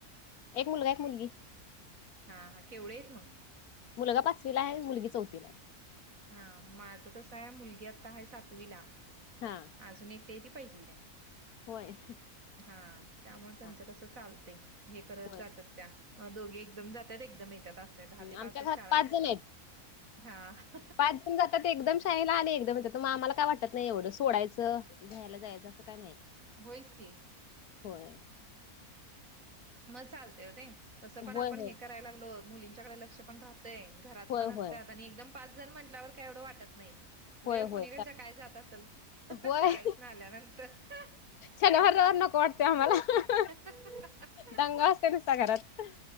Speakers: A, on the left (about 75°); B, on the right (about 60°).
A: एक मुलगा एक मुलगी
B: हा हा केवढे आहेत मग
A: मुलगा पाचवीला आहे मुलगी चौथीला आहे
B: हा माझं कसं आहे मुलगी आता आहे सातवीला
A: हां
B: अजून एकटी आहे ती पाहिली ला आहे
A: होय
B: हा त्यामुळे
A: हा
B: त्यांचं कसं चालते हे करत
A: होय
B: जातात त्या दोघी एकदम जातात एकदम येतात असं आहे दहा ते पाचच
A: आमच्या घरात
B: शाळा
A: पाच
B: आहे
A: जण आहेत
B: हा
A: पाच जण जातात एक एकदम शाळेला आली एकदम आमला काय वाटत नाही एवढं सोडयचं घ्यायला जायचं असं का नाही
B: होईच की
A: होय
B: मग चालते हो ते कसं पण
A: होय
B: आपण
A: होय
B: हे करायला लागलो मुलींच्याकडे लक्ष पण राहत घरात
A: होय
B: पण असत्यात,,
A: होय
B: आणि एकदम पाच जण म्हटल्यावर काय एवढं वाटत नाही ते
A: होय
B: वेळ खुणीकडच्या
A: होय
B: काय जात असल,, शाळेस
A: होय
B: न आल्यानंतरऽ
A: शनिवार रविवार नको वाटतय आम्हालाऽ
B: हह
A: दंगा असतोय नुसता घरात.